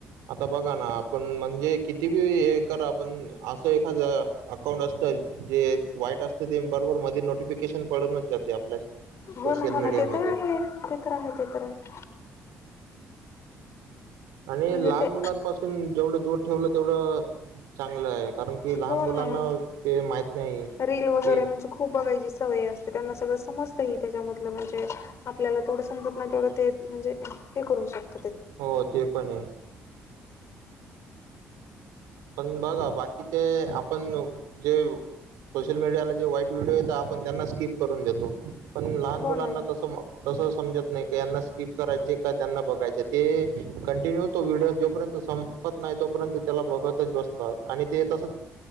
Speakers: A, on the right; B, on the left.
A: आता बघा ना आपण म्हणजे किती बी हे करा आपण असं एखादं अकाउंट असतं जे वाईट असतं ते बरोबर मध्ये नोटिफिकेशन पडूनच जाते आपल्या <unintelligible>
B: हो ना हो
A: मीडियामध्ये
B: ना ते तर आहे ते तर आहे ते तर आहे
A: आणि
B: म्हणजे
A: लहान
B: ते
A: मुलांपासून जेवढं दूर ठेवलं तेवढं चांगलं आहे कारण की लहान
B: हो
A: मुलांना
B: ना
A: ते माहित नाही कि
B: रील वगैरे म्हणजे खूप बघायची सवय असते त्यांना सगळं समजतंही त्याच्यामधलं म्हणजे आपल्याला तेवढ समजत नाही तेवढं ते म्हणजे हे करू शकत
A: हो ते पण ए पण बघा बाकीचे आपण जे सोशल मीडियाला जे वाईट व्हिडिओ येता आपण त्यांना स्किप करून देतो पण लहान
B: हो
A: मुलांना
B: ना
A: तसं तसं समजत नाही का यांना स्किप करायचे का त्यांना बघायचे ते कंटिन्यू तो व्हिडिओ जोपर्यंत सं पत नाही तोपर्यंत त्याला बघतच बसतात आणि ते तसं